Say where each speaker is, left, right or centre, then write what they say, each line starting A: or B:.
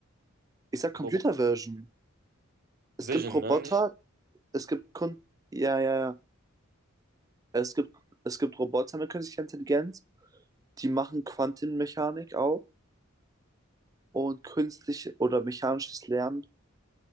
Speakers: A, on the right; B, on the right.
A: Ich sag
B: Robot.
A: Computer Version. Es
B: Vision,
A: gibt Roboter,
B: ne? Nicht?
A: es gibt Kun ja, ja, ja. Es gibt, es gibt Roboter mit künstlicher Intelligenz, die machen Quantenmechanik auch und künstlich oder mechanisches Lernen.